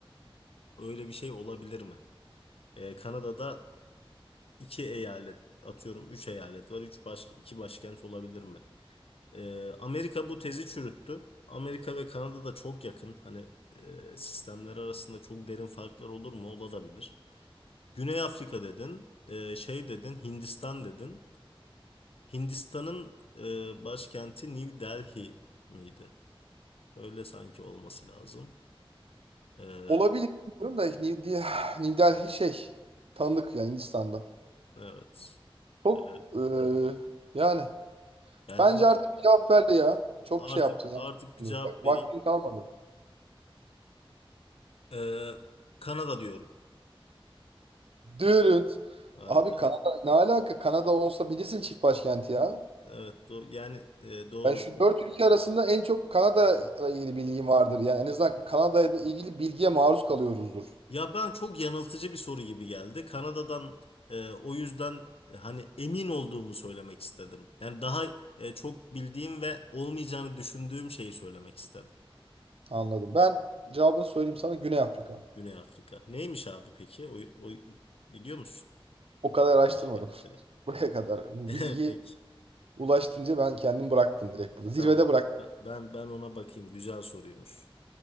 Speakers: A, on the left; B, on the right.
A: e, öyle bir şey olabilir mi? Ee, Kanada'da iki eyalet atıyorum üç eyalet var. Üç baş, iki başkent olabilir mi? Ee, Amerika bu tezi çürüttü. Amerika ve Kanada da çok yakın. Hani e, sistemler arasında çok derin farklar olur mu? Olabilir. Güney Afrika dedin, e, şey dedin, Hindistan dedin. Hindistan'ın e, başkenti New Delhi miydi? Öyle sanki olması lazım. E,
B: Olabilir bilmiyorum da New, Del- New Delhi şey tanıdık yani Hindistan'da.
A: evet.
B: Çok
A: E,
B: e, yani
A: yani
B: Bence
A: evet
B: artık cevap ver ya. Çok
A: artık
B: şey yaptın ya.
A: artık bir
B: Bak,
A: cevap vereyim.
B: vaktin kalmadı.
A: E, Kanada diyorum.
B: Dürünt.
A: Hadi
B: Abi
A: be.
B: Kanada ne alaka? Kanada olsa bilirsin çift başkenti ya.
A: Evet do- yani e, doğru.
B: Ben şu dört ülke arasında en çok Kanada ile ilgili bilgim vardır. Yani en azından Kanada ile ilgili bilgiye maruz kalıyoruzdur.
A: Ya ben çok yanıltıcı bir soru gibi geldi. Kanada'dan e, o yüzden e, hani emin olduğumu söylemek istedim. Yani daha e, çok bildiğim ve olmayacağını düşündüğüm şeyi söylemek istedim.
B: Anladım. Ben cevabını söyleyeyim sana Güney Afrika.
A: Güney Afrika. Neymiş abi peki? O, o biliyor musun
B: O kadar araştırmadım.
A: başkentleri?
B: <laughs> Buraya kadar. Bu
A: <laughs>
B: bilgi
A: Peki.
B: ulaştınca ben kendim bıraktım direkt burada. Zirvede
A: Tamam.
B: bıraktım.
A: Ben ben ona bakayım. Güzel soruymuş.